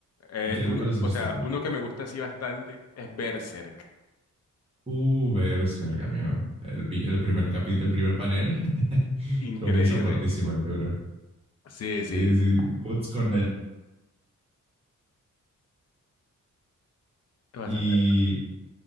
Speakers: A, on the left; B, on the right.
A: Eh,
B: ¿Qué,
A: uno,
B: cuál has
A: o
B: visto
A: sea,
B: tú?
A: uno que me gusta así bastante es Berserk.
B: Uh, Berserk, amigo. El, pi- el primer capi- el primer panel <laughs>
A: Increíble.
B: comienza fuertísimo el toro.
A: Sí,
B: Sí,
A: sí,
B: sí, Guts con él.
A: es bastante.
B: Y